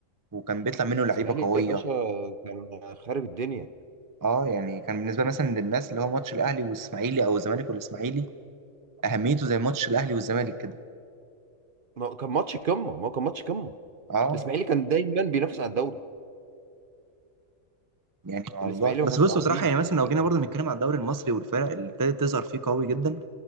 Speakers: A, on the right; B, on the right.
A: وكان بيطلع منه لعيبه
B: الإسماعيلي
A: قويه
B: يا باشا كان خارب الدنيا
A: اه يعني كان بالنسبه لي مثلا للناس اللي هو ماتش الاهلي والاسماعيلي او الزمالك والاسماعيلي اهميته زي ماتش الاهلي والزمالك كده
B: ما هو كان ماتش قمة ما هو كان ماتش قمة
A: اه
B: الإسماعيلي كان دايما بينافس على الدوري
A: يعني موضوع
B: الإسماعيلي ما
A: بس
B: كانش
A: بص
B: عبيط
A: بصراحه يعني مثلا لو
B: يعني
A: جينا برضو نتكلم على الدوري المصري والفرق اللي ابتدت تظهر فيه قوي جدا